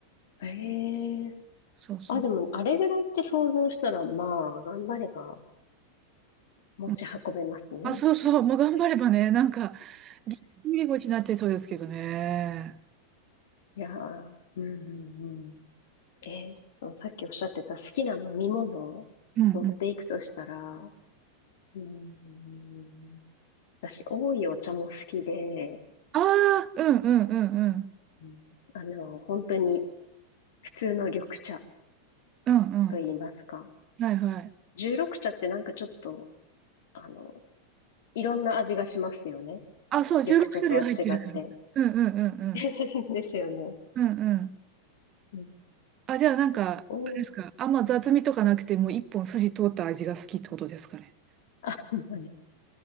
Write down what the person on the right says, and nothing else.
そうそう。
うんあ、そうそう、まあ、頑張ればね、なんかぎっくり腰になっちゃいそうですけどね。
うんうん。
ああ、うんうんうんうん。
うんうん。
はいはい。
あ、そう、
16種類入ってるから。<laughs> うんうんうんうん。
うんうん。
あ、じゃあなんか、
あれですか。あんま雑味とかなくてもう一本筋通った味が好きってことですかね。